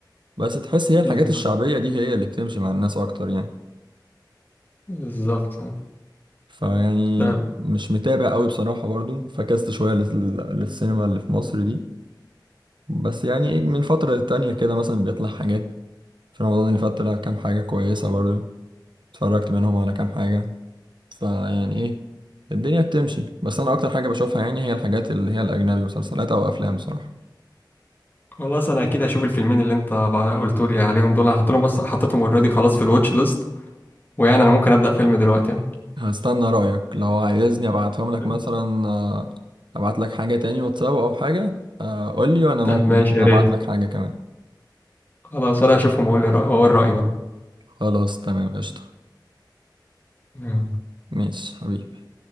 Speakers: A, on the right; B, on the left.
A: بس تحس هي الحاجات
B: بالظبط
A: الشعبية دي هي اللي بتمشي مع الناس أكتر يعني
B: بالظبط آه.
A: فيعني
B: تمام
A: مش متابع أوي بصراحة برضو فكست شوية لل- للسينما اللي في مصر دي بس يعني إيه من فترة للتانية كده مثلا بيطلع حاجات في رمضان اللي فات طلع كام حاجة كويسة برضو اتفرجت منهم على كام حاجة فيعني إيه الدنيا بتمشي بس أنا أكتر حاجة بشوفها يعني هي الحاجات اللي هي الأجنبي مسلسلات أو أفلام بصراحة
B: خلاص انا اكيد هشوف الفيلمين اللي انت بعد قلت لي عليهم دول انا حطيتهم بس حطيتهم اوريدي خلاص في الواتش ليست ويعني انا ممكن ابدا فيلم دلوقتي
A: هستنى رأيك لو عايزني ابعتهم لك
B: يعني.
A: مثلا آه، ابعت لك حاجة تاني واتساب او حاجة آه، قول لي وانا
B: طب
A: ممكن
B: ماشي
A: مثلا
B: يا ريت
A: ابعت لك حاجة كمان
B: خلاص ولا اشوفهم واقول لي رأي واقول رأيي برضه
A: خلاص تمام قشطة
B: يلا.
A: ماشي حبيبي